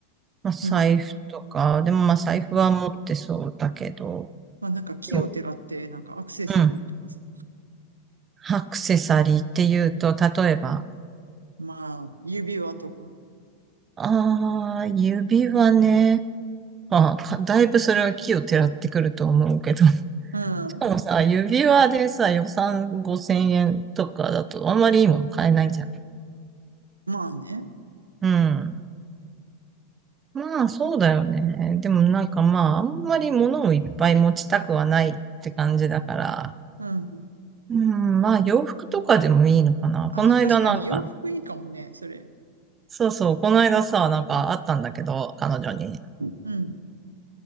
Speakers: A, on the right; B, on the right.
A: まあ財布とか、
B: うん。
A: でもまあ財布は持ってそうだけど、
B: まあなんか木をてらって、
A: よ
B: なんかアクセサリーとかさ。
A: うん、アクセサリーっていうと、例えば、
B: まあ、指輪とか。
A: ああ、指輪ね。まあ、かだいぶそれは木をてらってくると思うけど。<laughs> し
B: うん。
A: かもさ、指輪でさ、予算5000円とかだとあんまりいいもの買えないじゃん
B: まあね。
A: うん。まあ、そうだよね。でもなんかまあ、あんまり物をいっぱい持ちたくはないって感じだから。
B: うん。
A: うん、まあ、洋服とかでもいいのかな。
B: ああ、
A: この間なんか、
B: 確かに洋服いいかもね、それ。
A: そうそう、この間さ、なんかあったんだけど、彼女に。
B: うん、